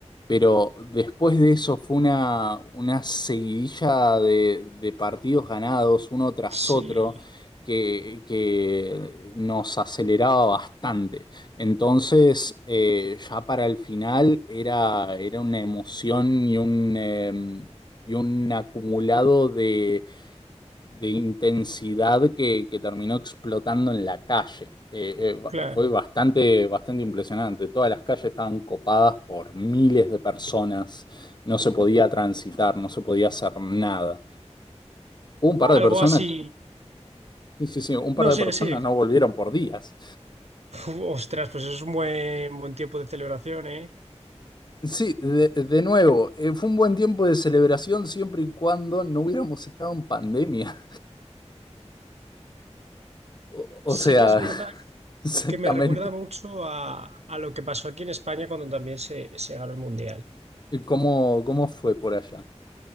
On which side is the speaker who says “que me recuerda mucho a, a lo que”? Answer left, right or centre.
Right